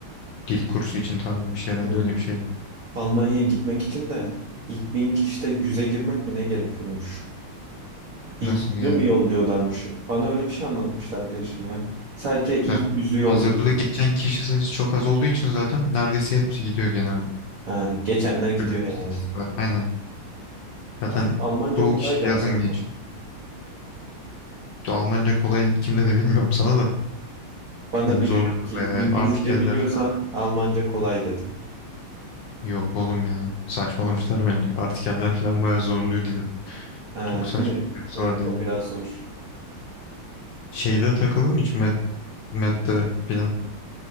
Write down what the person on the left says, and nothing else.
Dil kursu için tarzı bir şey herhalde
öyle bir şey.
Nasıl
yani?
Zaten
hazırlığı geçen kişi sayısı çok az olduğu için zaten neredeyse hepsi gidiyor genelde.
Böyle bir istatistik
var. Aynen. Zaten
çoğu
kişi
yazın
geçiyor. Almanca kolay kimde de bilmiyorum sana da.
Beni
zorluyor
bayağı.
Artikeller
falan.
Yok oğlum ya. Saçmalamışlar bence. Artikeller falan bayağı zorluyor dili.
Çok saçma
bir yapısı
var dilin.
Şeyde takıldın mı hiç Met, Met'te falan?